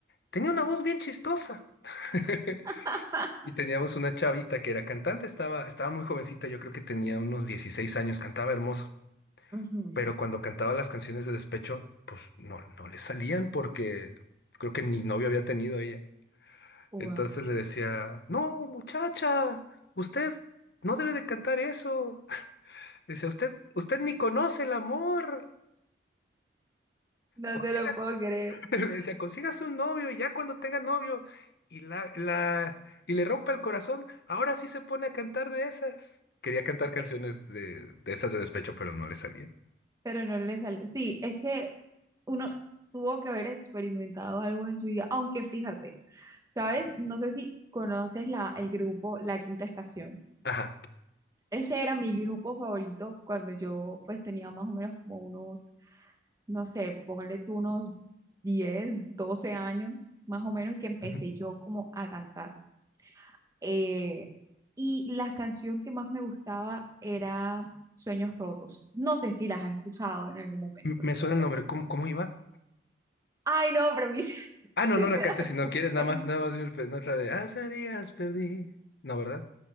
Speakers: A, on the left; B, on the right.
A: tenía una voz bien chistosa. <laughs>
B: <laughs>
A: Y teníamos una chavita que era cantante, estaba, estaba muy jovencita, yo creo que tenía unos 16 años, cantaba hermoso.
B: Ujú.
A: pero cuando cantaba las canciones de despecho, pues no, no le salían porque creo que ni novio había tenido ella.
B: wow
A: Entonces le decía, no, muchacha, usted no debe de cantar eso. <laughs> decía, usted, usted ni conoce el amor.
B: No
A: Consígase,
B: te lo puedo creer.
A: <laughs> le decía, consígase un novio y ya cuando tenga novio y la, la, y le rompa el corazón, ahora sí se pone a cantar de esas. Quería cantar canciones
B: Eh,
A: de, de esas de despecho, pero no le salían.
B: Pero no le sale. Sí, es que uno tuvo que haber experimentado algo en su vida, aunque fíjate, ¿sabes? No sé si conoces la, el grupo La Quinta Estación.
A: Ajá.
B: Ese era mi grupo favorito cuando yo pues tenía más o menos como unos, no sé, ponle tú unos 10, 12 años, más o menos que empecé
A: ujú.
B: yo como a cantar. eh, y la canción que más me gustaba era Sueños Rotos. No sé si las has escuchado en algún momento
A: M- Me
B: de tu
A: suena
B: vida.
A: el nombre. ¿Cómo, cómo iba?
B: Ay, no, pero a mí sí, <laughs>
A: Ah, no,
B: sí
A: no
B: me
A: la cantes
B: da
A: si no
B: como
A: quieres, nada
B: pena.
A: más, nada más vi el pe- no es la de hace días perdí. No, ¿verdad?